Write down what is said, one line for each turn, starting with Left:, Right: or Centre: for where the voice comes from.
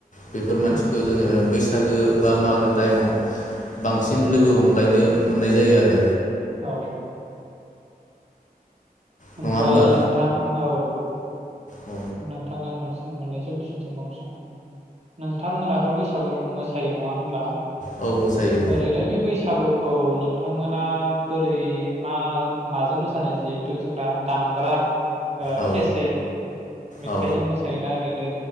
Left: बेफोर मानसिखौ
Right: औ
Left: जोङो बैस बैसागो बा मागो टाइमाव बांसिन लोगो हमलायनो मोननाय जायो आरो
Right: औ
Left: नङा
Right: ओमफ्राय
Left: होमबा
Right: नोंथां औ
Left: औ
Right: नोंथांनियाव मोनसे मोननैसो कुइसन सोंबावनोसै आं नोंथांमोनाथ' बैसागु मोसायो नङा होनब्ला
Left: औ मोसायो
Right: ओरैनो बे बैसागु औ नोंथांमोना बोरै मा माजों मोसानाय जिहेथु जोंना दामग्रा ओ
Left: औ
Right: केसेट मेथाइजों
Left: औ
Right: मोसायोना ओरैनो